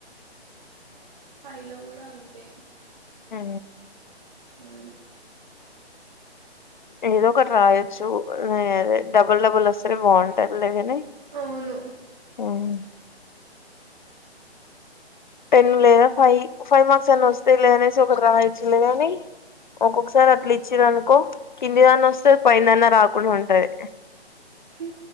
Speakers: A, on the right; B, on the left.
A: ఫైవ్ లో కూడా అంతే
B: హ
A: ఆ
B: ఏదో ఒకటి రాయొచ్చు డబుల్ డబుల్ వస్తే బాగుంటారు లేదని
A: అవును
B: ఆవు టెన్ లేదా ఫైవ్ ఫైవ్ మార్క్స్ అన్నా వస్తే లేదనేసి ఒకటి రాయొచ్చులేదని ఒక్కొక్కసారి అట్లు ఇచ్చర అనుకో కిందిదన్నా వస్తే పయిందన్న రాకుండా ఉంటది
A: హ